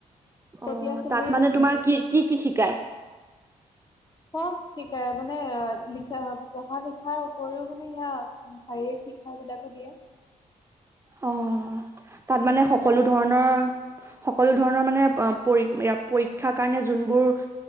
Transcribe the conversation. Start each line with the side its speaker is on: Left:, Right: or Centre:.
Left: পতিয়া
Right: অ
Left: চুবুৰীত
Right: তাত মানে
Left: আছে সেইটো
Right: তোমাৰ কি কি কি শিকায়।
Left: চব শিকাই মানে লিখা পঢ়া লিখাৰ উপৰিও মানে সেয়া। শাৰীৰিক শিক্ষা বিলাকো দিয়ে।
Right: অ তাত মানে সকলো
Left: ধৰা
Right: ধৰণৰ সকলো ধৰণৰ মানে পৰী এয়া পৰীক্ষাৰ কাৰণে যোনবোৰ